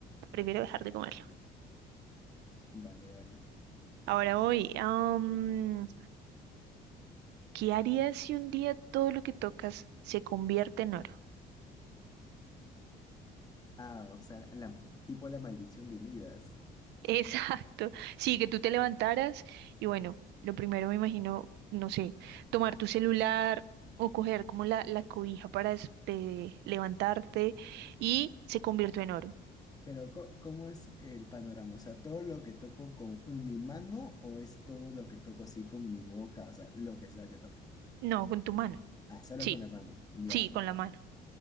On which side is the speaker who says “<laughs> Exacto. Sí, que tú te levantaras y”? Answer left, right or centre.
Right